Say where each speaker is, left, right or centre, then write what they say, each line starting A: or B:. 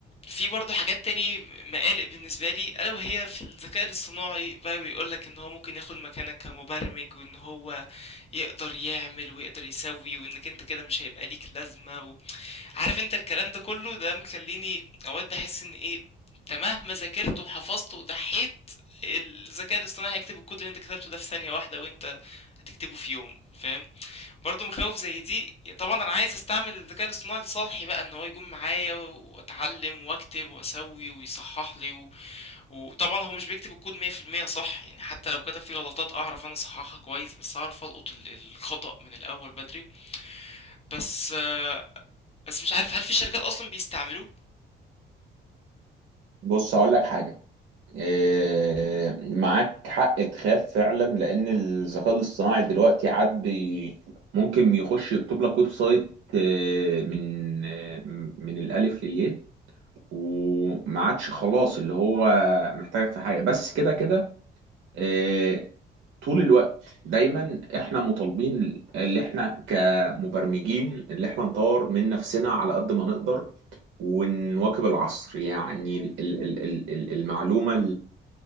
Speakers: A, on the left; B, on the right.
A: في برضه حاجات تاني مقالق بالنسبة لي ألا وهي في الذكاء الاصطناعي بقى بيقولك إن هو ممكن ياخد مكانك كمبرمج وإن هو يقدر يعمل ويقدر يسوي وإنك أنت كده مش هيبقى ليك لازمة و... عارف انت الكلام ده كله ده مخليني اوقات بحس ان ايه انت مهما ذاكرت وحفظت وضحيت الذكاء الاصطناعي هيكتب الكود اللي انت كتبته ده في ثانية واحدة وانت هتكتبه في يوم فاهم برضه مخاوف زي دي طبعا انا عايز استعمل الذكاء الاصطناعي لصالحي بقى ان هو يكون معايا واتعلم واكتب واسوي ويصحح لي و... وطبعا هو مش بيكتب الكود 100% صح يعني حتى لو كتب فيه غلطات اعرف انا اصححها كويس بس اعرف القط ال- الخطأ من الاول بدري بس آه، بس مش عارف هل في شركات اصلا بيستعملوه
B: بص هقول لك حاجه آه، معاك حق تخاف فعلا لان الذكاء الاصطناعي دلوقتي عاد بي- ممكن يخش يكتب لك ويب سايت آه، من آه، من الالف للياء وما عادش خلاص اللي هو محتاجك في حاجه بس كده كده آه، طول الوقت دايما احنا مطالبين اللي احنا كمبرمجين اللي احنا نطور من نفسنا على قد ما نقدر ونواكب العصر يعني ال- ال- ال- ال- المعلومه